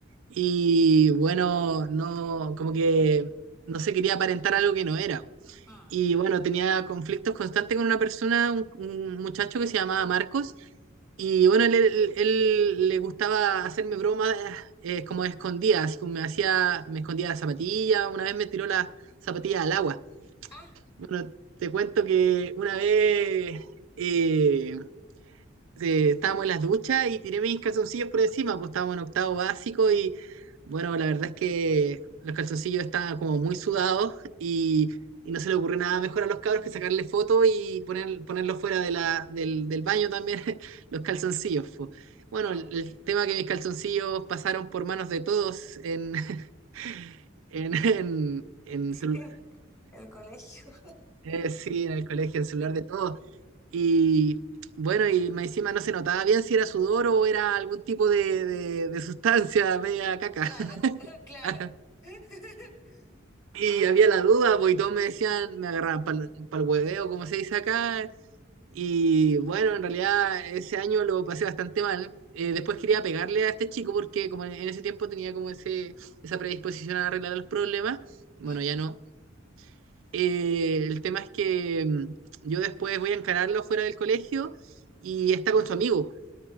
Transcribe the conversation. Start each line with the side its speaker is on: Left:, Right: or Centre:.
Right: y bueno, no, como que no se quería aparentar algo que no era.
Left: Ah,
Right: Y bueno, tenía conflictos constantes con una persona, un, un muchacho que se llamaba Marcos. Y bueno, él, él- él le gustaba hacerme bromas eh, como escondidas, así como me hacía, me escondía la zapatilla, una vez me tiró la zapatilla al agua.
Left: ah,
Right: Bueno, te cuento que una vez, eh, eh, estábamos en las duchas y tiré mis calzoncillos por encima, pues estábamos en octavo básico y bueno, la verdad es que los calzoncillos estaban como muy sudados y, y no se le ocurrió nada mejor a los cabros que sacarle foto y poner, ponerlos fuera de la, del, del baño también, <laughs> los calzoncillos. po. Bueno,
Left: ah.
Right: el, el tema que mis calzoncillos pasaron por manos de todos en, <laughs> en, en, en celu-
Left: <laughs> El colegio.
Right: eh, sí, en el colegio, en el celular de todos. Y bueno, y más encima no se notaba bien si era sudor o era algún tipo de, de- de sustancia media caca.
Left: Claro, <laughs> claro.
Right: <laughs>
Left: <laughs>
Right: Y
Left: Ay.
Right: había la duda, pues, y todos me decían, me agarraban para el hueveo, como se dice acá. Y bueno, en realidad ese año lo pasé bastante mal. Eh, después quería pegarle a este chico porque como en en ese tiempo tenía como ese, esa predisposición a arreglar los problemas. Bueno,
Left: Ujú.
Right: ya no. Eh, el tema es que mm, yo después voy a encararlo fuera del colegio y está con su amigo.